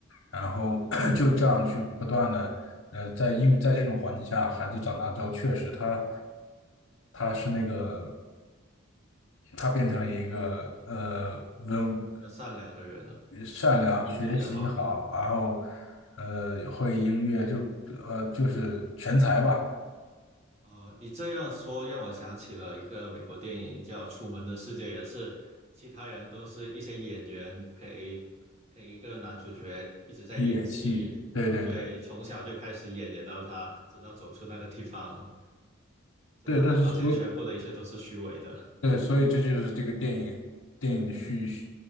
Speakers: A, on the left; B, on the right.
A: 然后
B: <laughs>
A: <clears throat> 就这样去不断的，呃，在因为在这种环境下，孩子长大之后，确实他他是那个他变成了一个呃温。
B: 比较善良的人了，
A: 善良，
B: 就是品质比较好。
A: 学习好，然后呃会音乐，就呃就是全才吧，
B: 哦，你这样说让我想起了一个美国电影叫《楚门的世界》，也是其他人都是一些演员陪陪一个男主角一直在演戏，
A: 去演戏。对对对
B: 对，从小就开始演，演到他直到走出那个地方，直到他发现全部的一切都是虚伪的，
A: 对，但是所以对，所以这就是这个电影电影的叙叙